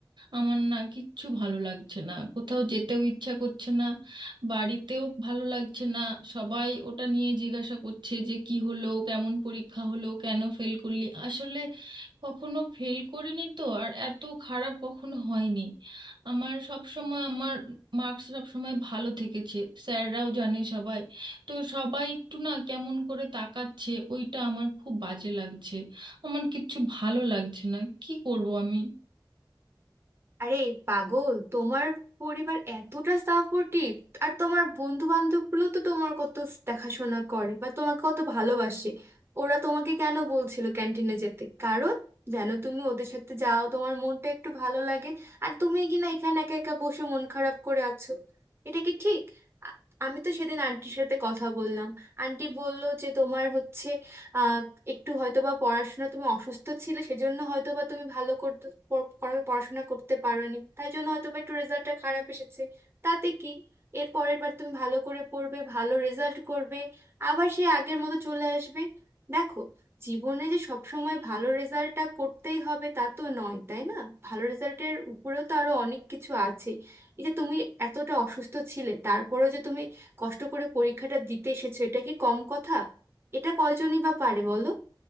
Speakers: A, on the right; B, on the right.
A: আমার না কিচ্ছু ভালো লাগছে না কোথাও যেতেও ইচ্ছা করছে না বাড়িতেও ভালো লাগছে না সবাই ওটা নিয়ে জিজ্ঞাসা করছে যে কি হলো কেমন পরীক্ষা হলো কেন ফেল করলি আসলে কখনো ফেল করিনি তো আর এত খারাপ কখনো হয়নি আমার সব সময় আমার মার্কস সব সময় ভালো থেকেছে স্যাররাও জানে সবাই তো সবাই একটু না কেমন করে তাকাচ্ছে ওইটা আমার খুব বাজে লাগছে আমার কিচ্ছু ভালো লাগছে না কি করব আমি
B: আরে পাগল তোমার পরিবার এতটা সাপোর্টিভ আর তোমার বন্ধু বান্ধব গুলো তো তোমার কত দেখাশোনা করে বা তোমাকে কত ভালোবাসে ওরা তোমাকে কেন বলছিল ক্যান্টিনে যেতে কারণ যেন তুমি ওদের সাথে যাও তোমার মনটা একটু ভালো লাগে আর তুমি কিনা এখানে একা একা বসে মন খারাপ করে আছো এটা কি ঠিক আ- আমি তো সেদিন আন্টির সাথে কথা বললাম আন্টি বলল যে তোমার হচ্ছে একটু হয়তোবা পড়াশোনা তুমি অসুস্থ ছিলে সেজন্য হয়তোবা তুমি ভালো করতে পড়- পড়া- পড়াশোনা করতে পারোনি তাই জন্য হয়তোবা একটু রেজাল্টটা খারাপ এসেছে তাতে কি এর পরের বার তুমি ভালো করে পড়বে ভালো রেজাল্ট করবে আবার সে আগের মতো চলে আসবে দেখো জীবনে যে সব সময় ভালো রেজাল্টটা করতেই হবে তা তো নয় তাই না ভালো রেজাল্টের উপরেও তো আরো অনেক কিছু আছে এই যে তুমি এতটা অসুস্থ ছিলে তারপরেও যে তুমি কষ্ট করে পরীক্ষাটা দিতে এসেছো এটা কি কম কথা এটা কয়জনই বা পারে বলো